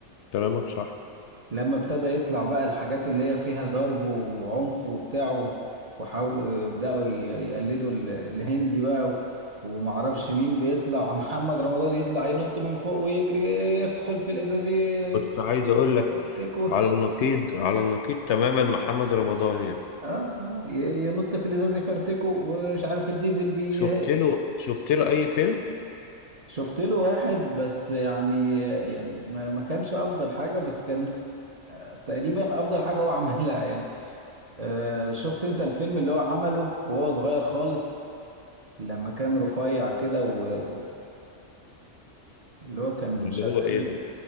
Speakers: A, on the left (about 70°); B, on the right (about 40°).
A: كلامك صح
B: لما ابتدى يطلع بقى الحاجات اللي هي فيها ضرب وعنف وبتاع و- وحاولوا يبدأوا ي- يقلدوا ال- الهندي بقى و- ومعرفش
A: مم.
B: مين بيطلع <laughs> محمد رمضان يطلع ينط من فوق ويجري يدخل في الإزاز ي-
A: كنت عايز أقول لك
B: يفرتكه
A: على النقيض على النقيض تماما محمد رمضان يعني
B: اه آه، ي- ينط في الإزاز يفرتكه ومش عارف الديزل بي
A: شفت له شفت له اي فيلم
B: شفت له واحد بس يعني يعني ما ما كانش أفضل حاجة بس كان تقريبا أفضل حاجة هو عملها يعني آه، شفت انت الفيلم اللي هو عمله وهو صغير خالص لما كان رفيع كده و... و- اللي هو كان
A: ده اللي
B: شغال
A: هو ايه ده